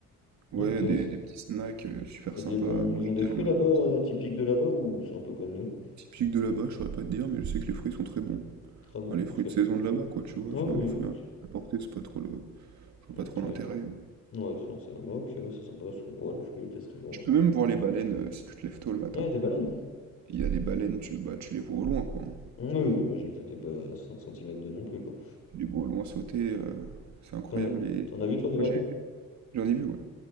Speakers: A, on the right (about 65°); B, on the left (about 50°).
A: Ouais,
B: Ok, ouais,
A: des,
B: c'est-
A: des petits snacks euh, super
B: il y a
A: sympas.
B: des bons...
A: Moi,
B: Ils
A: j'étais
B: ont des fruits
A: allé manger
B: là-bas,
A: dans des
B: euh,
A: snacks
B: typiques de là-bas, ou c'est un peu comme nous?
A: typiques de là-bas, je saurais pas te dire, mais je sais que les fruits sont très bons.
B: Très bon,
A: Enfin, les
B: ok.
A: fruits
B: Ouais,
A: de saison de là-bas, quoi, tu vois.
B: oui,
A: Enfin, les fruits
B: oui, ok.
A: importés, c'est pas trop le... Je vois
B: Ok.
A: pas trop l'intérêt.
B: Ouais, sinon c'est un bah, ok, bah, c'est sympa, parce que oh, les fruits, ils les testent toujours.
A: Tu
B: euh.
A: peux même voir les baleines euh, si tu te lèves tôt le matin.
B: Ah, il y a des baleines?
A: Il y a des baleines, tu, bah, tu les vois au loin, quoi. hein.
B: Oui, j'imagine que t'es pas à 5 cm de non plus, quoi.
A: Tu les vois au loin sauter, euh, c'est incroyable.
B: T'en as...
A: Et...
B: T'en as vu, toi, des baleines?
A: Moi, j'ai- j'en ai vu, ouais.